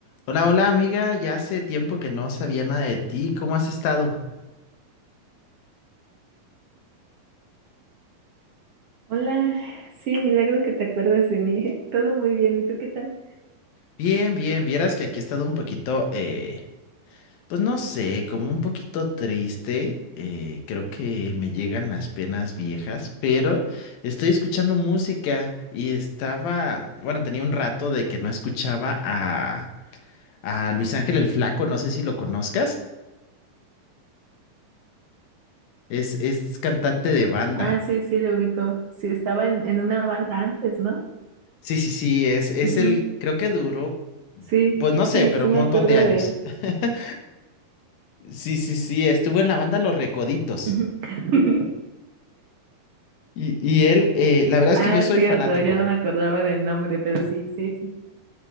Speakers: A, on the left; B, on the right.
A: Hola, hola amiga, ya hace tiempo que no sabía nada de ti, ¿cómo has estado?
B: Hola, sí, milagro que te acuerdas de mí. <laughs> Todo muy bien, ¿y tú qué tal?
A: Bien, bien, vieras que aquí he estado un poquito, eh, pues no sé, como un poquito triste, eh, creo que me llegan las penas viejas, pero estoy escuchando música y estaba, bueno, tenía un rato de que no escuchaba a, a Luis Ángel el Flaco, no sé si lo conozcas, es, es cantante de banda.
B: Ah, sí, sí, lo ubico. Sí, estaba en, en una banda antes, ¿no?
A: Sí, sí, sí, es, es
B: Ujú.
A: el, creo que duró,
B: Sí,
A: pues no
B: sí,
A: sé, pero
B: sí
A: un
B: me
A: montón
B: acuerdo
A: de años.
B: de él.
A: <laughs> Sí, sí, sí, estuvo en la banda Los Recoditos.
B: Ujú. <laughs>
A: Y, y él, eh, la verdad es
B: Ah,
A: que yo soy
B: cierto,
A: fanático.
B: ya no me acordaba del nombre, pero sí, sí, sí.